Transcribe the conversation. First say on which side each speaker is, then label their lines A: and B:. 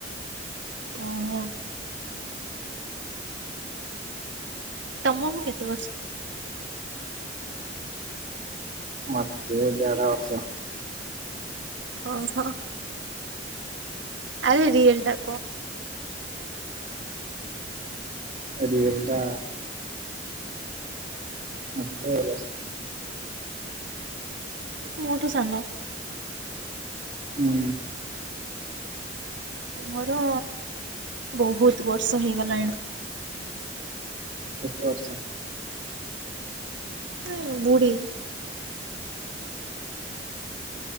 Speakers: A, on the right (about 80°); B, on the right (about 40°).
A: ଓହୋ। ତମକୁ କେତେ ବର୍ଷ?
B: ମତେ ଦେଢ଼ ବର୍ଷ।
A: ଓହୋ ଆରେ ରିଏଲ୍ ଟା କହ।
B: ରିଏଲ୍ ଟା ମତେ ଏ ବର୍ଷ
A: ମୋଠୁ ସାନ।
B: ହୁଁ
A: ମୋର ବହୁତ ବର୍ଷ ହେଇଗଲାଣି।
B: କେତେ ବର୍ଷ?
A: ହ ବୁଢ଼ୀ